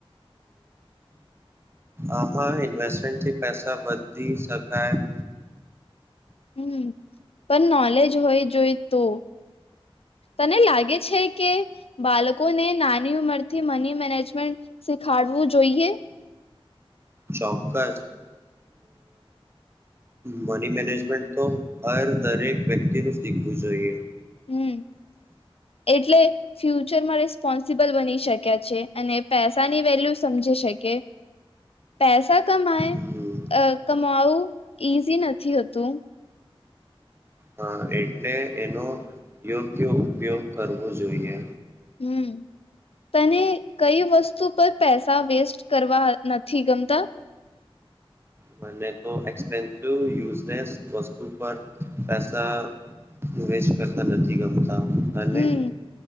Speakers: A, on the right (about 25°); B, on the left (about 75°).
A: આહા ઇન્વેસ્ટમેન્ટથી પૈસા વધી શકાય.
B: હમ્મ પણ નોલેજ હોય જોઈ તો તને લાગે છે કે બાલકોને નાની ઉંમરથી મની મેનેજમેન્ટ શીખાડવું જોઈએ.
A: ચોક્કસ મની મેનેજમેન્ટ તો હર દરેક વ્યક્તિનું શીખવું જોઈએ.
B: હમ્મ એટલે ફ્યુચરમાં રિસ્પોન્સિબલ બની શક ક્યાં છે અને પૈસાની વેલ્યુ સમજી શકે પેસા કમાય
A: હમ
B: કમાવું ઈઝી નથી હોતું.
A: હ એટલે એનો યોગ્ય ઉપયોગ કરવો જોઈએ.
B: હમ તને કઈ વસ્તુ પર પૈસા વેસ્ટ કરવા નથી ગમતા.
A: મને તો એક્સપેન્સિવ યુઝલેસ વસ્તુ પર પૈસા વેસ્ટ કરતા નથી ગમતા. અને
B: હમ્મ